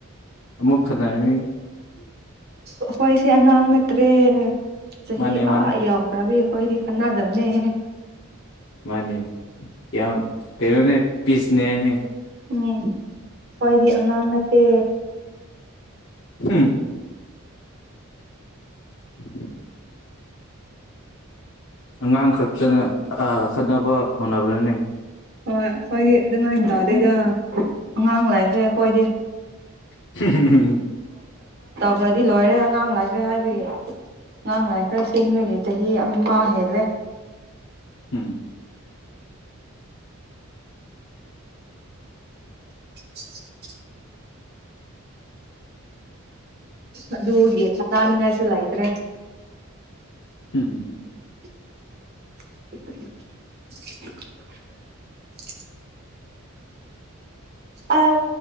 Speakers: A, on the left; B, on the right.
A: ꯑꯃꯨꯛ ꯈꯟꯅꯔꯅꯤ
B: ꯑꯩꯈꯣꯏꯁꯦ ꯑꯉꯥꯡ ꯅꯠꯇ꯭ꯔꯦ ꯆꯍꯤ
A: ꯃꯥꯅꯦ ꯃꯥꯅꯦ
B: ꯑ ꯌꯥꯎꯈ꯭ꯔꯕꯤ ꯍꯣꯏꯔꯤ ꯈꯅꯥꯗꯃꯦꯦ
A: ꯃꯥꯅꯤ ꯌꯥꯝ ꯀꯣꯅꯦ ꯄꯤꯁꯅꯦꯅꯦ
B: ꯎꯝ ꯈꯣꯏꯗꯤ ꯑꯉꯥꯡ ꯅꯠꯇꯦ
A: ꯎꯝ ꯎꯝ ꯑꯉꯥꯡ ꯈꯛꯇꯅ ꯑꯈꯠꯅꯕ ꯍꯣꯠꯅꯕ꯭ꯔꯅꯦ
B: ꯍꯣꯏ ꯍꯣꯏꯗꯤ ꯉꯥꯏꯅ ꯇꯧꯗꯩꯗ ꯑꯉꯥꯡ ꯂꯥꯛꯁꯦ ꯑꯩꯈꯣꯏꯗꯤ
A: <unintelligible>
B: ꯈꯔꯗꯤ ꯂꯣꯏꯔꯦ ꯑꯉꯥꯡ ꯂꯥꯏꯈ꯭ꯔꯦ ꯍꯥꯏꯕꯌꯦ ꯑꯉꯥꯡ ꯂꯥꯏ ꯈꯔ ꯁꯤꯤꯡꯃꯒꯤ ꯆꯍꯤ ꯑꯃ ꯍꯦꯜꯂꯦ
A: ꯍꯝ
B: <unintelligible> ꯑꯗꯨꯗ ꯍꯒꯦ ꯆꯗꯥꯅꯤ ꯉꯥꯏꯁꯂ ꯍꯥꯏꯗ꯭ꯔꯦ
A: <unintelligible>
B: <unintelligible> ꯑꯥꯎ